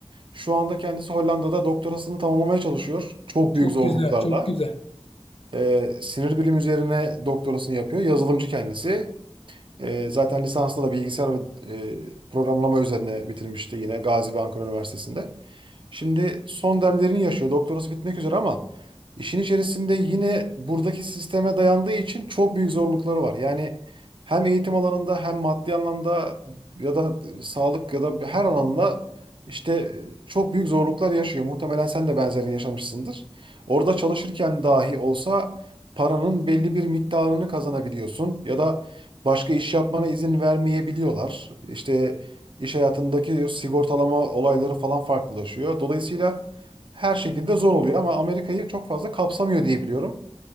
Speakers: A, on the right (about 55°); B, on the left (about 65°).
A: Şu anda kendisi Hollanda'da doktorasını tamamlamaya çalışıyor. Çok
B: Çok
A: büyük zorluklarla.
B: güzel, çok güzel.
A: Eee, sinir bilim üzerine doktorasını yapıyor. Yazılımcı kendisi. E, zaten lisansta da bilgisayar ve e, programlama üzerine bitirmişti yine Gazi ve Ankara Üniversitesi'nde. Şimdi son demlerini yaşıyor. Doktorası bitmek üzere ama işin içerisinde yine buradaki sisteme dayandığı için çok büyük zorlukları var. Yani hem eğitim alanında hem maddi anlamda ya da e, sağlık ya da her alanla işte e, çok büyük zorluklar yaşıyor. Muhtemelen sen de benzerini yaşamışsındır. Orada çalışırken dahi olsa paranın belli bir miktarını kazanabiliyorsun ya da başka iş yapmana izin vermeyebiliyorlar. İşte iş hayatındaki sigortalama olayları falan farklılaşıyor. Dolayısıyla her şekilde zor oluyor ama Amerika'yı çok fazla kapsamıyor diye biliyorum.